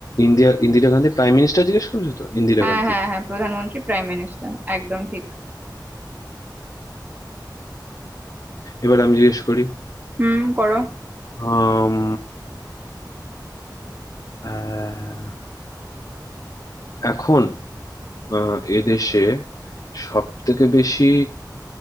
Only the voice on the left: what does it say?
ইন্দিরা ইন্দিরা গান্ধী প্রাইম মিনিস্টার জিজ্ঞেস করেছো তো ইন্দিরা
গান্ধী
এবার আমি জিজ্ঞেস করি
আম, আহ, এখন আহ, এদেশে সব থেকে বেশি